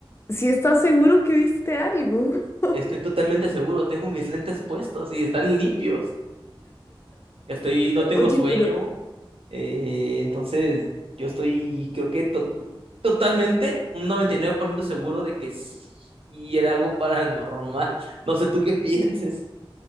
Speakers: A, on the left (about 25°); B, on the right (about 75°).
A: si estás seguro que viste algo?
B: <laughs>
A: <laughs>
B: Estoy totalmente seguro. Tengo mis lentes puestos y están limpios. Estoy, no tengo
A: Oye,
B: sueño.
A: pero
B: eh, entonces, yo estoy, creo que to- totalmente, un 99% seguro de que sí era algo paranormal. <laughs> No sé tú qué pienses.